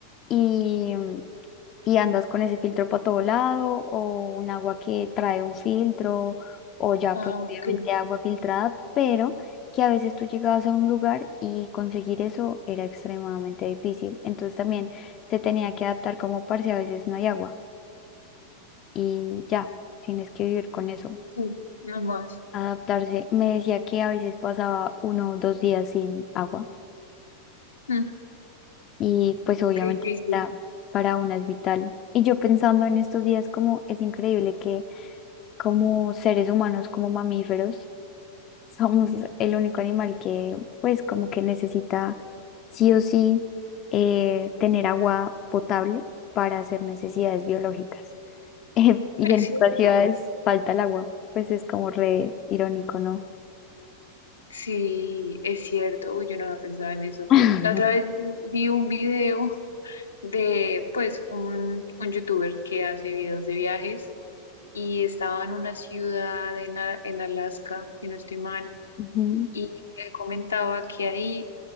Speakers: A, on the left; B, on the left.
A: y, y andas con ese filtro para todo lado o un agua que trae un filtro o ya
B: ah,
A: pues obviamente
B: ok,
A: agua filtrada, pero que a veces tú llegabas a un lugar y conseguir eso era extremadamente difícil. Entonces también se tenía que adaptar como parce, a veces no hay agua y ya, tienes que vivir con eso,
B: sí, no más,
A: adaptarse. Me decía que a veces pasaba uno o dos días sin agua
B: mm,
A: y pues obviamente
B: ok, difícil.
A: para, para una es vital. Y yo pensando en estos días como es increíble que como seres humanos, como mamíferos, <laughs> somos el único animal que pues como que necesita sí o sí eh, tener agua potable para hacer necesidades biológicas. <laughs> Eh, y
B: Es
A: en otras
B: cierto,
A: ciudades falta el agua. Pues es como re irónico, ¿no?
B: Sí, es cierto, uy, yo no había pensado en eso.
A: <laughs>
B: La otra vez vi vi un video de, pues, un, un youtuber que hace videos de viajes y estaba en una ciudad en, A- en Alaska, si no estoy mal,
A: Ujú.
B: y él comentaba que ahí